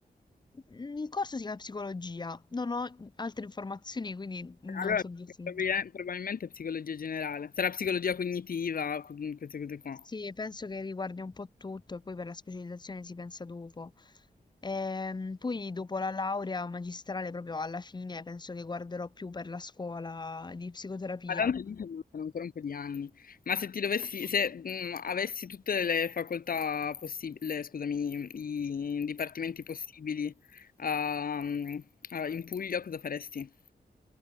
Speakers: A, on the left; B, on the left.
A: Mm, Il corso si chiama psicologia, non ho altre informazioni, quindi non
B: Allora,
A: so dirti.
B: probabil- probabilmente psicologia generale. Sarà psicologia cognitiva, que- queste cose qua.
A: Sì, penso che riguardi un po' tutto e poi per la specializzazione si pensa dopo. Ehm, poi dopo la laurea magistrale, proprio alla fine, penso che guarderò più per la scuola di psicoterapia.
B: Ma tanto lì ci mancano ancora un po' di anni. Ma se ti dovessi, se mm, avessi tutte le facoltà possibili, scusami, i i dipartimenti possibili ah, mm, ah, in Puglia, cosa faresti?